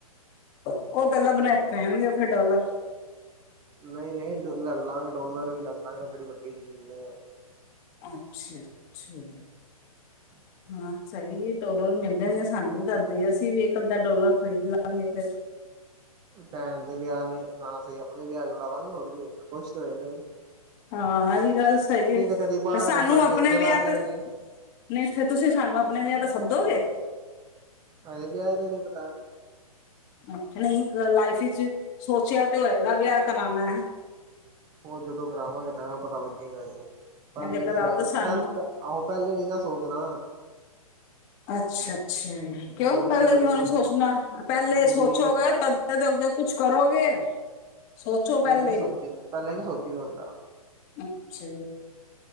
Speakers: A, on the left; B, on the right.
A: ਉਹ ਗੱਲਾ ਬਣਾਏ ਰਹਿਣਗੇ ਫਿਰ ਡੌਲਰ
B: ਨਹੀਂ-ਨਹੀਂ ਡ, ਲੈਲਾਂ ਗੇ, ਡੌਲਰ ਵੀ ਲੈਲਾਂ ਗੇ। ਉਹ ਕਿਹੜੀ ਵੱਡੀ ਚੀਜ਼ ਐ।
A: ਅੱਛਾ-ਅੱਛਾ।
B: <inaudible>
A: ਹਾਂ, ਸਹੀ ਏ। ਟੋਡਰ ਮਿਲ ਜਾਣਗੇ, ਸਾਨੂੰ ਵੀ ਦੱਸਦੇਈ। ਅਸੀਂ ਵੀ ਇੱਕ ਅੱਧਾ ਡੋਲਰ ਖ਼ਰੀਦ ਲਾਂਗੇ ਫੇਰ।
B: ਭੈਣ ਦੇ ਵਿਆਹ ਨੇ ਨਾ ਸਹੀ। ਆਪਣੇ ਵਿਆਹ 'ਚ ਓਡਾਦਾ ਗੇ। ਹੋਰ ਕੀ ਹੋਏਗਾ, ਕੁਛ ਤਾਂ ਹੋਏਗਾ ਈ।
A: ਹਾਂ, ਐਹ ਵੀ ਗੱਲ ਸਹੀ ਐ।
B: ਕਦੀ ਬਾਹਰ
A: ਪਰ ਸਾਨੂੰ
B: ਘੁੰਮਣ
A: ਆਪਣੇ
B: ਕੇ ਉੱਥੇ
A: ਵਿਆਹ
B: ਲੱਗ ਜਾਣਗੇ
A: ਤੇ ਨਹੀਂ ਫੇਰ ਤੁਸੀਂ ਸਾਨੂੰ ਆਪਣੇ ਵਿਆਹ ਤੇ ਸੱਦੋਗੇ?
B: ਹਜੇ ਵਿਆਹ ਦਾ ਈ ਨੀ ਪਤਾ
A: ਕੁਛ ਨਹੀਂ, ਅ ਲਾਈਫ ਇਚ ਸੋਚਿਆ ਤੇ ਹੋਏਗਾ। ਵਿਆਹ ਕਰਾਂਣਾ ਐ।
B: ਉਹ ਜਦੋਂ ਕਰਾਵਾਂਗੇ ਤਾਂ ਪਤਾ ਲੱਗੇਗਾ ਵਿਆਹ ਪਹਿਲੇ
A: ਇਹਦੇ ਕਰਾਓ
B: ਨੀ ਰਾਏ।
A: ਤੇ ਸਾਨੂੰ
B: ਬਸ ਪ ਆਹੋ ਪਹਿਲੇ ਨੀ ਨਾ ਸੋਚਣਾ।
A: ਅੱਛਾ-ਅੱਛਾ, ਕਿਉਂ
B: ਜ਼ਿੰਦਗੀ
A: ਪਹਿਲੇ
B: ਬੜੀ
A: ਕਿਉਂ
B: ਲੰਬ
A: ਨੀ ਸੋਚਣਾ ਪਹਿਲੇ
B: ਜ਼ਿੰਦਗੀ
A: ਸੋਚੋਗੇ ਤ ਫਿਰ ਤੇ ਅੱਗੇ ਕੁਛ ਕਰੋਗੇ, ਸੋਚੋ ਪਹਿਲੇ।
B: ਨੀ ਸੋਚੀ ਪਹਿਲੇ ਨੀ ਸੋਚੀ ਦਾ ਹੁੰਦਾ।
A: ਅੱਛਾ,